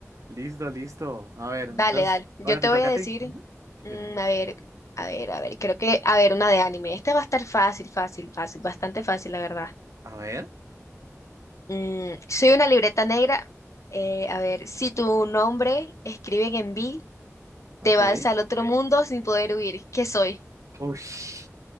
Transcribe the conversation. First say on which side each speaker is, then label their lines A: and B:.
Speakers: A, on the right; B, on the left.
A: listo, listo. A ver,
B: Dale,
A: entonces,
B: dale. Yo
A: ahora
B: te
A: te
B: voy
A: toca
B: a
A: a
B: decir,
A: ti. Ujú,
B: mm,
A: Dime.
B: a ver, a ver, a ver, creo que, a ver, una de anime. Esta va a estar fácil, fácil, fácil, bastante fácil, la verdad.
A: A ver,
B: Mm, soy una libreta negra. Eh, a ver, si tu nombre escriben en B,
A: ok.
B: te vas al otro mundo sin poder huir. ¿Qué soy?
A: Ush.